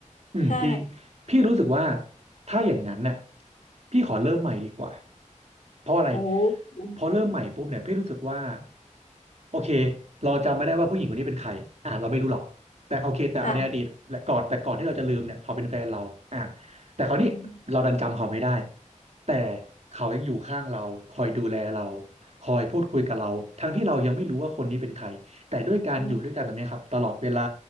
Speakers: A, on the right; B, on the left.
A: อืมพี่
B: ใช่
A: พี่รู้สึกว่าถ้าอย่างนั้นน่ะพี่ขอเริ่มใหม่ดีกว่าเพราะอะไร
B: โอ้
A: พอเริ่มใหม่ปุ๊บเนี่ยพี่รู้สึกว่าโอเคเราจำไม่ได้ว่าผู้หญิงคนนี้เป็นใครอ่ะเราไม่รู้หรอกแต่โอเคแต่อันในอดีตและก่อนแต่ก่อนที่เราจะลืมเนี่ยเขาเป็นแฟนเราอ่ะ
B: ค่ะ
A: แต่คราวนี้เราดันจำเขาไม่ได้
B: อืม
A: แต่เขายังอยู่ข้างเราคอยดูแลเราคอยพูดคุยกับเราทั้งที่เรายังไม่รู้ว่าคนนี้เป็นใคร แต่ด้วยการอยู่ด้วยกันแบบนี้ครับตลอดเวลา
B: อืม